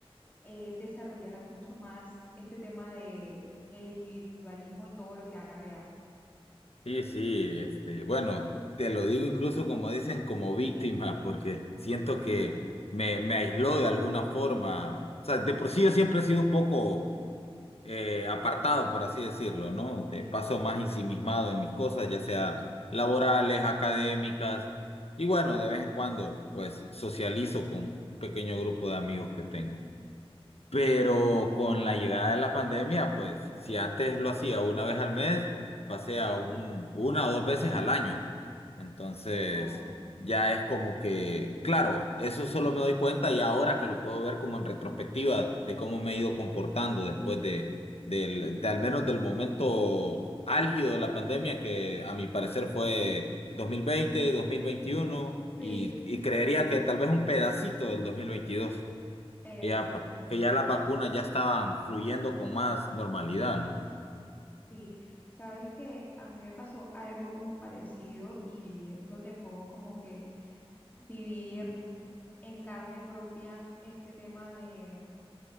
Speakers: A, on the left (about 15°); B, on the left (about 80°).
A: eh, desarrollara mucho más este tema de el individualismo y todo lo que ha acarreado.
B: sí, sí, este, bueno, te lo digo incluso como dicen, como víctima, porque siento que
A: Total.
B: me, me aisló de alguna forma, o sea, de por
A: Ujú.
B: sí yo siempre he sido un poco eh, apartado, por así decirlo, ¿no? De
A: Sí,
B: paso más ensimismado en mis cosas, ya sea laborales, académicas, y bueno, de vez en cuando, pues socializo con un pequeño grupo de amigos que tengo. Pero
A: Ok,
B: con la llegada de la pandemia, pues si antes lo hacía una vez al mes, pasé a un, una o dos veces al año. Entonces,
A: Wow.
B: ya es como que, claro, eso solo me doy cuenta y ahora que lo puedo ver como en retrospectiva de cómo me he ido comportando después de, del, de al menos del momento álgido de la pandemia, que a mi parecer fue 2020, 2021
A: sí,
B: y, y
A: exacto.
B: creería que tal vez un pedacito del 2022. Ya,
A: Exactamente.
B: pa- que ya las vacunas ya estaban fluyendo con más normalidad, ¿no?
A: Sí, sabes que a mí me pasó algo como parecido y eh, donde puedo como que vivir en carne propia este tema de